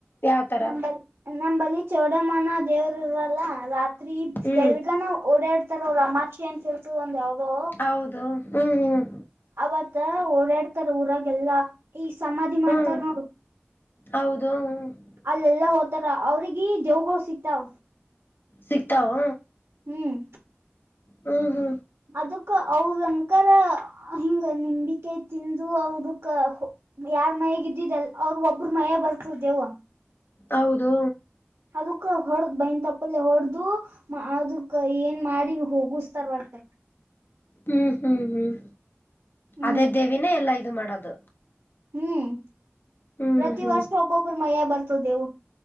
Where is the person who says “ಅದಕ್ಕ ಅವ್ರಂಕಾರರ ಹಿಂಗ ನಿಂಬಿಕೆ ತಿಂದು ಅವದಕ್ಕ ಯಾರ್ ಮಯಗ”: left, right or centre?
Right